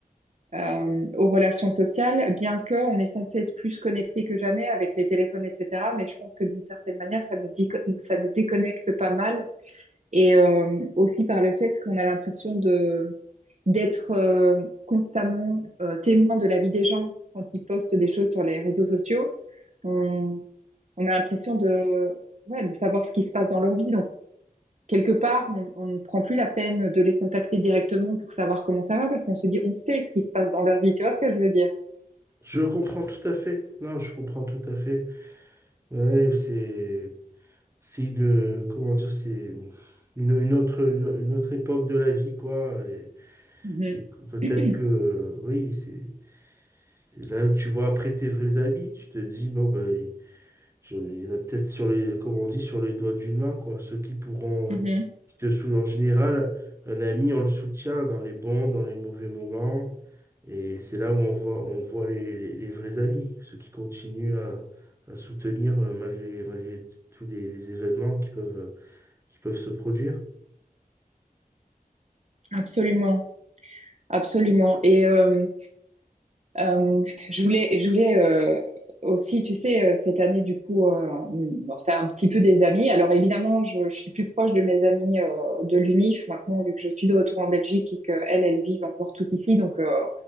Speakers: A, on the right; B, on the right.
A: euh, aux relations sociales, bien que on est censé être plus connecté que jamais avec les téléphones, etc. Mais je pense que d'une certaine manière, ça nous dit, ça nous déconnecte pas mal, et euh, aussi par le fait qu'on a l'impression de d'être euh, constamment euh, témoin de la vie des gens quand ils postent des choses sur les réseaux sociaux. On, on a l'impression de, ouais, de savoir ce qui se passe dans leur vie. Donc, quelque part, on, on ne prend plus la peine de les contacter directement pour savoir comment ça va parce qu'on se dit, on sait ce qui se passe dans leur vie. Tu vois ce que je veux dire?
B: Je comprends tout à fait. Non, je comprends tout à fait. Ouais, c'est, c'est une, comment dire, c'est une, une autre, une, une autre époque de la vie, quoi. Et,
A: Mhm.
B: et que- peut-être
A: <clears throat>
B: que, oui, c'est là tu vois après tes vrais amis, tu te dis, bon, ben, Je- il y en a peut-être sur les, comme on dit, sur les doigts d'une main, quoi. Ceux qui pourront,
A: Mhm.
B: euh, qui te soutiennent en général, un ami, on le soutient dans les bons, dans les mauvais moments. Et c'est là où on voit, on voit les, les, les vrais amis, ceux qui continuent à, à soutenir euh, malgré, malgré t- tous les, les événements qui peuvent, qui peuvent se produire.
A: Absolument, absolument. Et euh, euh, je voulais, je voulais euh, aussi, tu sais, euh, cette année, du coup, euh, me refaire un petit peu des amis. Alors évidemment, je, je suis plus proche de mes amis euh, de l'UNIF maintenant, vu que je suis de retour en Belgique et qu'elles, elles vivent encore toutes ici. Donc, euh,